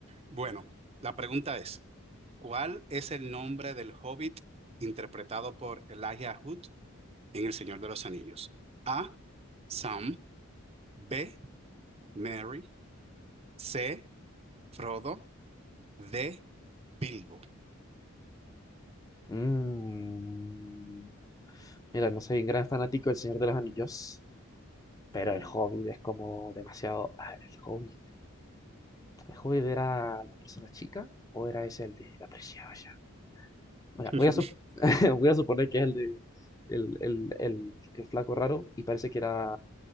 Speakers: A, on the right; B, on the left.
A: bueno, la pregunta es, ¿cuál es el nombre del Hobbit interpretado por Elijah Wood en El Señor de los Anillos? A, Sam, B, Mary, C, Frodo. de Bilbo.
B: Mm, Mira, no soy un gran fanático del Señor de los Anillos, pero
A: Uh.
B: el Hobbit es como demasiado... ah, el Hobbit. ¿El Hobbit era la persona chica o era ese el de la preciosa? Bueno,
A: <laughs>
B: voy a, sup- <laughs> voy a suponer que es el de el, el, el, el flaco raro y parece que era